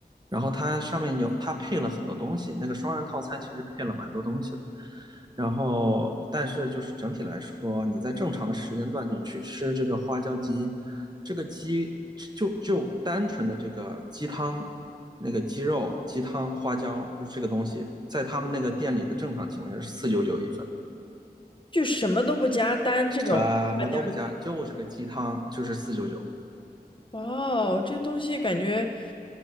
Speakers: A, on the right (about 25°); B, on the left (about 30°).
A: 然后它上面有它配了很多东西，那个双人套餐其实配了蛮多东西的。然后，但是就是整体来说，你在正常的时间段你去吃这个花椒鸡，这个鸡就就单纯的这个鸡汤、那个鸡肉、鸡汤、花椒，就是这个东西，在他们那个店里的正常情况下是四九九一份。
B: 就什么都不加，单这个花椒鸡
A: 什么都不加，就是个鸡汤，就是四九九。
B: 哇哦，这东西感觉，